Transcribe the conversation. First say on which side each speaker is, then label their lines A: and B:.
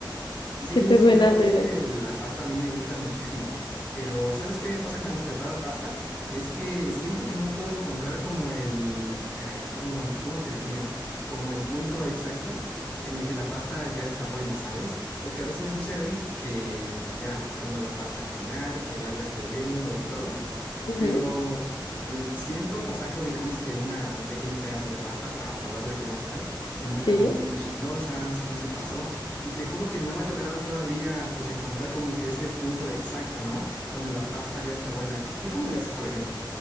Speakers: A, on the left (about 20°); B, on the left (about 75°).
A: Sí,
B: ¿qué te
A: sí,
B: suena
A: claro,
B: la
A: es
B: idea?
A: que la pasta a mí me gusta muchísimo, pero ¿sabes qué me pasa <laughs> cuando preparo pasta? Es que siento que no puedo encontrar como el, ay, ¿cómo, cómo te diría? Como el punto exacto en el que la pasta ya está buena, ¿sabes? Porque a veces me sucede que pues ya pongo la pasta a cocinar, que el agua está hirviendo y todo.
B: Ujú,
A: pero l- siento o saco, digamos, que una, un pequeño pedazo de pasta para probarla como está, si no está
B: Sí.
A: muy chiclosa, si no se pasó, y te juro que no he logrado todavía, pues, encontrar como que ese punto exacto, ¿no? Donde la pasta ya está buena. ¿Tú cómo le haces, por ejemplo?